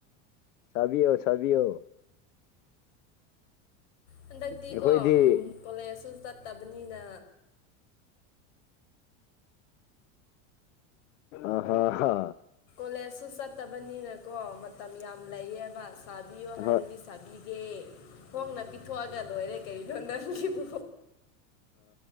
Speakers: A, on the left (about 85°); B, on the left (about 70°).
A: ꯁꯕꯤ ꯁꯕꯤꯌ
B: ꯍꯟꯗꯛꯇꯤ
A: ꯑꯩꯈꯣꯏꯗꯤ
B: ꯀꯣ ꯎꯝ ꯀꯣꯂꯦꯖꯁꯨ ꯆꯠꯇꯕꯅꯤꯅ
A: ꯑ ꯍ ꯍ
B: ꯀꯣꯂꯦꯖꯁꯨ ꯆꯠꯇꯕꯅꯤꯅꯀꯣ ꯃꯇꯝ ꯌꯥꯝ ꯂꯩꯌꯦꯕ ꯁꯥꯕꯤꯌꯣ ꯍꯥꯏꯔꯗꯤ
A: ꯍꯣꯏ
B: ꯁꯥꯕꯤꯒ ꯌꯦꯦ ꯍꯣꯡꯅ ꯄꯤꯊꯣꯛꯑꯒ ꯂꯣꯏꯔꯦ ꯀꯩꯅꯣ ꯅꯪꯒꯤꯕꯨ